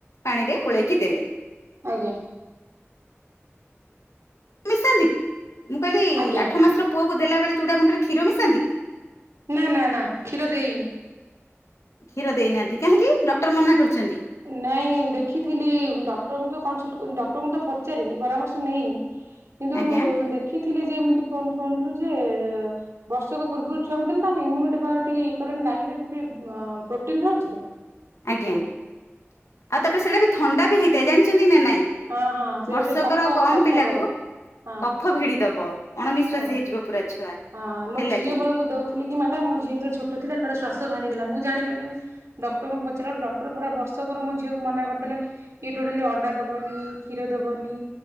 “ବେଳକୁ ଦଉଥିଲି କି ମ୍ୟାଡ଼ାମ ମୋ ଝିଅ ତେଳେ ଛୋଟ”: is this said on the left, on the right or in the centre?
Right